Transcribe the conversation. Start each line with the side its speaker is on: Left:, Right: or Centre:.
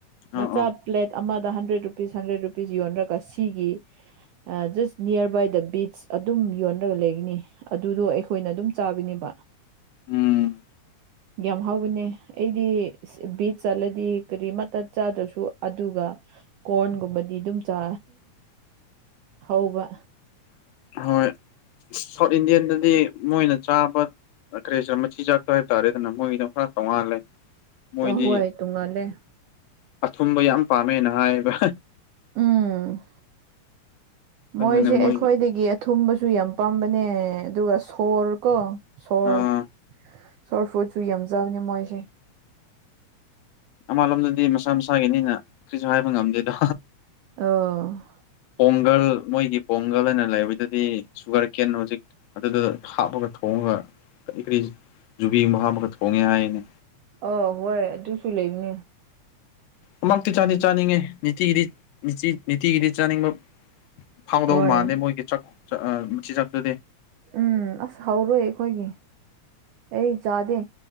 Left: ꯑꯥ
Right: ꯃꯆꯥ
Left: ꯑꯥ
Right: ꯄ꯭ꯂꯦꯠ ꯑꯃꯗ ꯍꯟꯗ꯭ꯔꯦꯠ ꯔꯨꯄꯤꯁ ꯍꯟꯗ꯭ꯔꯦꯠ ꯔꯨꯄꯤꯁ ꯌꯣꯟꯔꯒ ꯁꯤꯒꯤ ꯖꯁ ꯅꯤꯌꯔ ꯕꯥꯏ ꯗ ꯕꯤꯆ ꯑꯗꯨꯝ ꯌꯣꯟꯔꯒ ꯂꯩꯒꯅꯤ ꯑꯗꯨꯗꯣ ꯑꯩꯈꯣꯏꯅ ꯑꯗꯨꯝ ꯆꯥꯕꯤꯅꯦꯕ꯫
Left: ꯎꯝ
Right: ꯌꯥꯝꯒ꯭ ꯍꯥꯎꯕꯅꯦ ꯑꯩꯗꯤ ꯕꯤꯠ ꯆꯠꯂꯗꯤ ꯀꯔꯤꯃꯇ ꯆꯥꯗ꯭ꯔꯁꯨ ꯑꯗꯨꯒ ꯀꯣꯔꯟꯒꯨꯝꯕꯗꯤ ꯑꯗꯨꯝ ꯆꯥ ꯍꯧꯕ
Left: ꯍꯣꯏ ꯁꯥꯎꯠ ꯏꯟꯗꯤꯌꯥꯟꯗꯗꯤ ꯃꯣꯏꯅ ꯆꯥꯕ ꯈ꯭ꯔꯦꯁꯔ ꯃꯆꯤꯖꯥꯛꯇꯣ ꯍꯥꯏꯕꯇꯥꯔꯦꯗꯅ ꯃꯣꯏꯒꯤ ꯑꯗꯨ ꯈꯔ ꯇꯣꯡꯉꯥꯜꯂꯦ ꯃꯣꯏꯗꯤ
Right: ꯑ ꯍꯣꯏ ꯇꯨ ꯂꯩꯦ
Left: ꯑꯊꯨꯝꯕ ꯌꯥꯝ ꯄꯥꯝꯃꯦꯅ ꯍꯥꯏꯕ
Right: ꯎꯝ
Left: ꯑꯗꯨꯅ
Right: ꯃꯣꯏꯁꯦ
Left: ꯃꯣꯏꯒꯤ
Right: ꯑꯩꯈꯣꯏꯗꯒꯤ ꯊꯨꯝꯕꯁꯨ ꯌꯥꯝ ꯄꯥꯝꯕꯅꯦ ꯑꯗꯨꯒ ꯁꯣꯔ ꯀꯣ ꯁꯣꯔ
Left: ꯑꯥ
Right: ꯁꯣꯔꯠ ꯐꯨꯗꯁꯨ ꯌꯥꯝꯖꯕꯅꯦ ꯃꯣꯏꯁꯦ
Left: ꯃꯥꯟꯂꯣꯝꯗꯗꯤ ꯃꯁꯥ ꯃꯁꯥꯒꯤꯅꯤꯅ ꯀꯔꯤꯁꯨ ꯍꯥꯏꯕ ꯉꯝꯗꯦꯗꯣ
Right: ꯑ
Left: ꯄꯣꯡꯒꯜ ꯃꯣꯏꯒꯤ ꯄꯣꯡꯒꯜ ꯍꯥꯏꯅ ꯂꯩꯕꯗꯗꯤ ꯁꯨꯒꯔ ꯀꯦꯟ ꯍꯧꯖꯤꯛ ꯑꯗꯨꯗꯨꯗ ꯍꯥꯞꯄꯒ ꯊꯣꯡꯉꯒ ꯀꯔꯤ ꯀꯔꯤ ꯖꯨꯕꯤꯒꯨꯝꯕ ꯍꯥꯞꯄꯒ ꯊꯣꯡꯉꯦ ꯍꯥꯏꯌꯦꯅꯦ
Right: ꯑ ꯍꯣꯏ ꯑꯗꯨꯁꯨ ꯂꯩꯕꯅꯦ
Left: ꯑꯃꯇꯤ ꯆꯥꯗꯤ ꯆꯥꯅꯤꯡꯉꯦ ꯅꯤꯇꯤꯒꯤꯗꯤꯤ ꯅꯤꯇꯤꯒꯤꯗꯤ ꯆꯥꯅꯤꯡꯕ ꯐꯥꯎꯗꯧ
Right: ꯍꯣꯏ
Left: ꯃꯥꯟꯂꯦ ꯃꯣꯏꯒꯤ ꯆꯥꯛ ꯃꯆꯤꯟꯖꯥꯛꯇꯨꯗꯤ
Right: ꯎꯝ ꯑꯁ ꯍꯧꯔꯣꯏ ꯑꯩꯈꯣꯏꯒꯤ ꯑꯩ ꯆꯥꯗꯦ